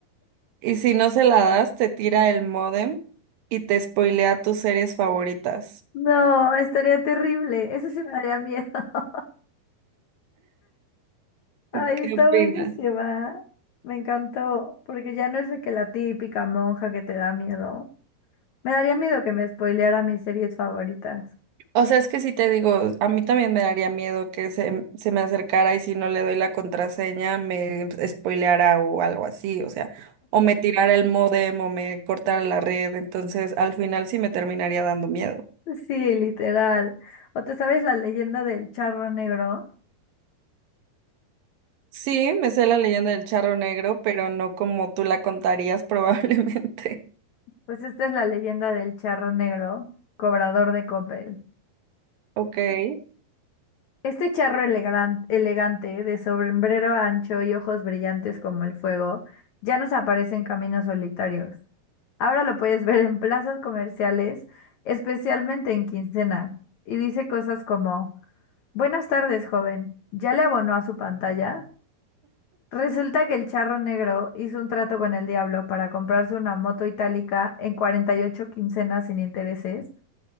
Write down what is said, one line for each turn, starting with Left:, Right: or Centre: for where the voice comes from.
Right: Y si no se la das, te tira el módem y te spoilea tus series favoritas.
Left: No, estaría terrible. Eso sí me daría miedo. <laughs> Ay,
Right: ¿Qué
Left: está
Right: opinas?
Left: buenísima. Me encantó, porque ya no es de que la típica monja que te da miedo. Me daría miedo que me spoileara mis series favoritas. <laughs>
Right: O sea, es que si te digo, a mí también me daría miedo que se, se me acercara y si no le doy la contraseña me spoileara o algo así, o sea, o me tirara el módem o me cortara la red, entonces al final sí me terminaría dando miedo.
Left: Sí, literal. ¿O te sabes la leyenda del charro negro?
Right: Sí, me sé la leyenda del charro negro, pero no como tú la contarías probablemente. <laughs>
Left: Pues esta es la leyenda del charro negro, cobrador de copel.
Right: Ok, eso
Left: Este charro elegan- elegante, de sombrero ancho y ojos brillantes como el fuego, ya nos aparece en caminos solitarios. Ahora lo puedes ver en plazas comerciales, especialmente en quincena, y dice cosas como, Buenas tardes, joven, ¿ya le abonó a su pantalla? Resulta que el charro negro hizo un trato con el diablo para comprarse una moto itálica en 48 quincenas sin intereses